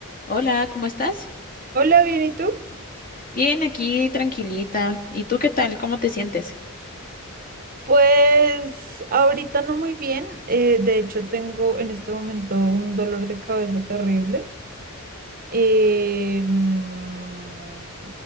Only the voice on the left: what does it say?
Hola, ¿cómo estás?
Bien, aquí tranquilita. ¿Y tú qué tal? ¿Cómo te sientes?